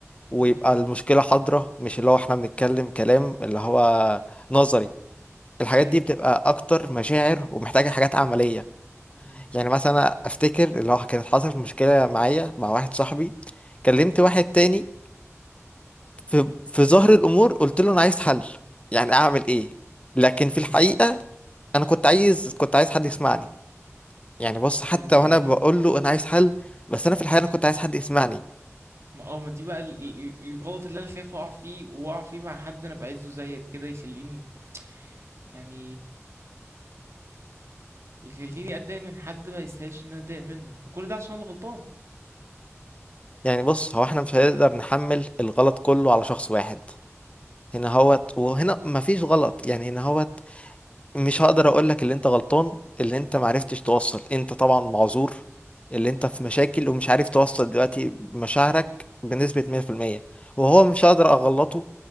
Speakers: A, on the left; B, on the right.
A: ويبقى
B: امم
A: المشكلة حاضرة مش اللي هو احنا بنتكلم كلام اللي هو نظري الحاجات
B: ايوه
A: دي بتبقى اكتر مشاعر ومحتاجه حاجات عمليه
B: امم
A: يعني مثلا أنا افتكر اللي هو كانت حصلت مشكله معايا مع واحد صاحبي كلمت واحد تاني في في ظهر الامور قلت له انا عايز حل يعني اعمل ايه لكن
B: امم
A: في الحقيقه انا كنت عايز كنت عايز حد يسمعني يعني بص حتى
B: حلو
A: وانا
B: ده
A: بقول
B: اه
A: له انا عايز حل بس انا في الحقيقه انا كنت عايز حد يسمعني
B: ما اه ما دي بقى ال- ال- ال- الغلط اللي انا خايف اقع فيه واقع فيه مع حد انا بعزه زيك كده يخليني يعني يخليني اتضايق من حد ما يستاهلش ان انا اتضايق منه وكل ده عشان الغلطان
A: يعني بص هو احنا مش هنقدر نحمل الغلط كله على شخص واحد هنا هوت وهنا مفيش غلط يعني هنا هوت مش هقدر اقول لك اللي انت غلطان اللي انت معرفتش توصل انت طبعا معذور اللي انت في مشاكل ومش عارف توصل دلوقتي مشاعرك بنسبة 100% وهو مش هقدر اغلطه